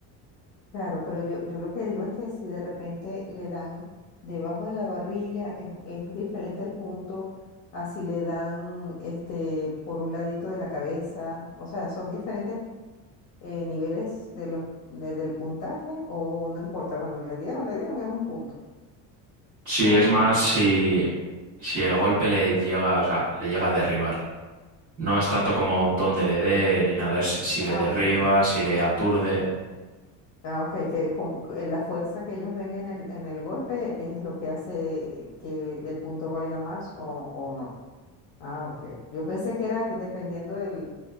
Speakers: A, on the left; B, on the right.
A: claro, pero yo, yo lo que digo es que si de repente le dan debajo de la barbilla, es, es diferente el punto así le dan este por un ladito de la cabeza, o sea, son diferentes eh, niveles de los, de- del puntaje o no importa? Bueno, le dieron, le dieron, es un punto.
B: Si
A: O
B: es más,
A: con
B: si, si el golpe le llega, o sea, le llega a derribar. No es tanto como dónde le dé ni nada, es si
A: Ah,
B: le derriba,
A: ok.
B: si le aturde.
A: Ah, ok, que como que la fuerza que ellos ven en el, en el golpe es lo que hace que el punto valga más o, o no. Ah, ok. Yo pensé que era que dependiendo del,